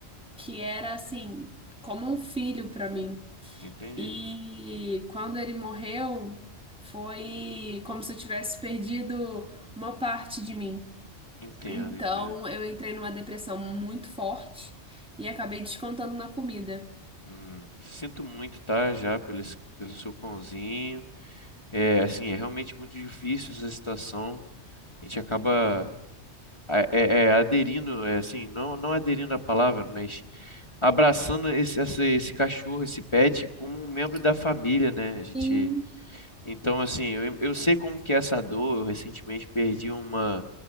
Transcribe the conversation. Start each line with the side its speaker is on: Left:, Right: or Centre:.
Centre: que era assim, como um filho para mim.
Left: entendi,
Centre: E quando ele morreu, foi como se eu tivesse perdido uma parte de mim.
Left: entendo,
Centre: Então,
Left: entendo.
Centre: eu entrei numa depressão muito forte e acabei descontando na comida.
Left: Hum, sinto muito, tá? Já pelo, esse- pelo seu cãozinho. É, assim, é realmente muito difícil essa situação. A gente acaba é, é, é, aderindo, é, assim, não, não aderindo à palavra, mas abraçando esse, essa- esse cachorro, esse pet, como um membro da família, né? A gente,
Centre: Sim,
Left: então, assim, eu, eu sei como que é essa dor. Eu recentemente perdi uma,